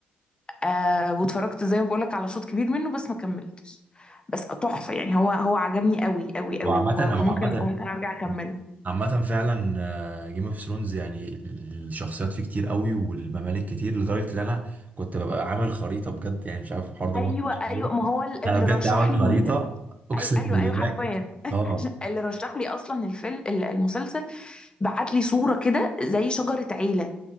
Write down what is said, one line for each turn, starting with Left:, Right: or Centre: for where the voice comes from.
Left: آه واتفرجت زي ما بقول لك على شوط كبير منه بس ما كملتش بس تحفة يعني هو هو عجبني قوي قوي قوي
Right: وعامة
Left: و-
Right: او
Left: وممكن
Right: عامة
Left: وممكن أرجع أكمله
Right: عامة فعلا جيم اوف ثرونز يعني الشخصيات فيه كتير قوي والممالك كتير لدرجة ان انا كنت ببقى عامل خريطة بجد يعني مش عارف الحوار ده
Left: ايوه
Right: موت مش
Left: ايوه
Right: كده.
Left: ما هو ال- اللي
Right: انا بجد
Left: رشح
Right: عامل
Left: لي
Right: خريطة اقسم
Left: أي- ايوه
Right: بالله
Left: ايوه حرفيا <laughs>
Right: اه
Left: اللي رشح لي اصلا الفيلم المسلسل بعت لي صوره كده زي شجره عيله